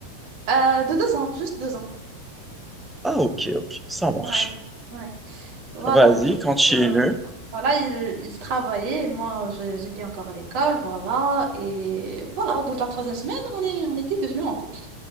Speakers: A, on the right; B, in the centre.
A: euh, de deux ans, juste deux ans.
B: Ah, ok, ok, ça marche.
A: Ouais. Ouais. Voilà,
B: Vas-y,
A: du coup,
B: continue.
A: euh, voilà, il, il travaillait et moi, je- j'étais encore à l'école, voilà. Et voilà, au bout de la troisième semaine, on est, on était devenus en couple.